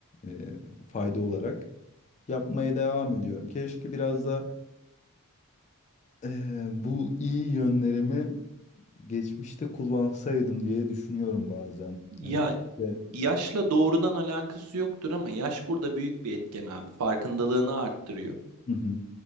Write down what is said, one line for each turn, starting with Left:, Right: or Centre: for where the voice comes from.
Left: e, fayda olarak yapmaya devam ediyorum. Keşke biraz da e, bu iyi yönlerimi geçmişte kullansaydım diye düşünüyorum bazen.
Right: Ya
Left: Yani, işte,
Right: yaşla doğrudan alakası yoktur ama yaş burada büyük bir etken abi. Farkındalığını arttırıyor.
Left: hı hı.